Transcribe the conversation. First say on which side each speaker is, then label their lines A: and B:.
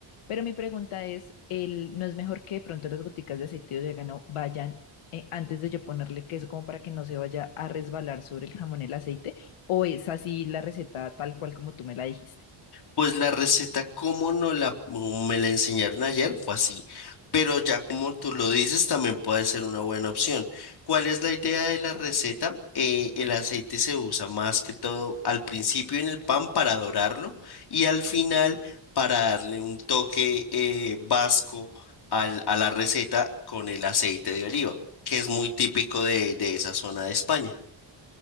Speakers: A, on the left (about 85°); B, on the left (about 50°).
A: Pero mi pregunta es, el, ¿no es mejor que de pronto las goticas de aceite y orégano vayan eh, antes de yo ponerle queso como para que no se vaya a resbalar sobre el jamón el aceite? ¿O es así la receta tal cual como tú me la dijiste?
B: Pues la receta, como no la, como me la enseñaron ayer, fue así. Pero ya como tú lo dices, también puede ser una buena opción. ¿Cuál es la idea de la receta? Eh, el aceite se usa más que todo al principio en el pan para dorarlo y al final para darle un toque eh, vasco al- a la receta con el aceite de oliva, que es muy típico de de esa zona de España.